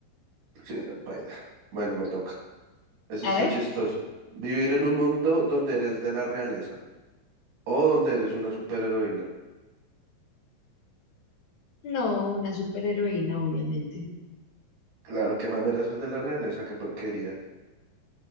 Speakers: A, on the right (about 70°); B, on the left (about 55°).
A: Sí, la paila. Bueno, me toca. Eso
B: A
A: está
B: ver,
A: chistoso. Vivir en un mundo donde eres de la realeza o donde eres una superheroína.
B: no, una superheroína, obviamente.
A: Claro, qué mamera ser de la realeza, qué porquería.